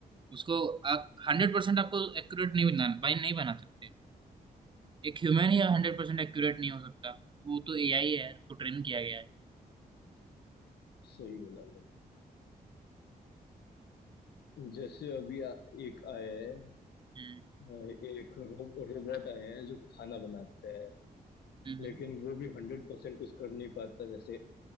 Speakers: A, on the right; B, on the left.
A: उसको आप हंड्रेड परसेंट आपको एक्यूरेट नहीं बना भाई नहीं बना सकते एक ह्यूमन ही हंड्रेड परसेंट एक्यूरेट नहीं हो सकता वो तो एआई है उसको ट्रेन किया गया है
B: सही बोला भाई जैसे अभी आ, एक आया है
A: हम्म
B: अ, एक रो, रोबोट आया है जो खाना बनाता है
A: हम्म
B: लेकिन वो भी हंड्रेड परसेंट कुछ कर नहीं पाता जैसे